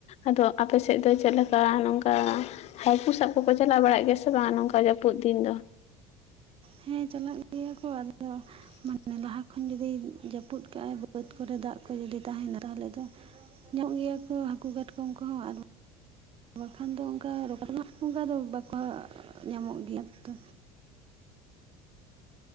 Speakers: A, on the left; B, on the right.
A: ᱟᱫᱚ ᱟᱯᱮ ᱥᱮᱫ ᱫᱚ ᱪᱮᱫ ᱞᱮᱠᱟ ᱱᱚᱝᱠᱟ ᱦᱟᱹᱠᱩ ᱥᱟᱵ ᱠᱚᱠᱚ ᱪᱟᱞᱟᱣ ᱵᱟᱲᱟᱜ ᱜᱮᱭᱟ ᱥᱮ ᱵᱟᱝ ᱱᱚᱝᱠᱟ ᱡᱟᱹᱯᱩᱫ ᱫᱤᱱ ᱫᱚ
B: ᱦᱮᱸ ᱪᱟᱞᱟᱜ ᱜᱮᱭᱟ ᱠᱚ ᱟᱫᱚ
A: <unintelligible>
B: ᱢᱟᱱᱮ ᱞᱟᱦᱟ ᱠᱷᱚᱱ ᱡᱩᱫᱤ ᱡᱟᱹᱯᱩᱫ ᱠᱟᱜᱼ ᱟᱭ ᱵᱟᱹᱫᱽ ᱠᱚᱨᱮ ᱫᱟᱜ ᱠᱚ ᱡᱩᱫᱤ ᱛᱟᱦᱮᱱᱟ ᱛᱟᱦᱚᱞᱮ ᱫᱚ ᱧᱚᱜ ᱜᱮᱭᱟ ᱠᱚ ᱦᱟᱹᱠᱩ ᱠᱟᱴᱠᱚᱢ ᱠᱚ ᱦᱚᱸ ᱟᱨ ᱵᱟᱠᱷᱟᱱ ᱫᱚ ᱚᱱᱠᱟ ᱨᱚᱠᱚᱢ <unintelligible> ᱚᱱᱠᱟ ᱫᱚ ᱵᱟᱠᱚ ᱧᱟᱢᱚᱜ ᱜᱮᱭᱟ ᱛᱚ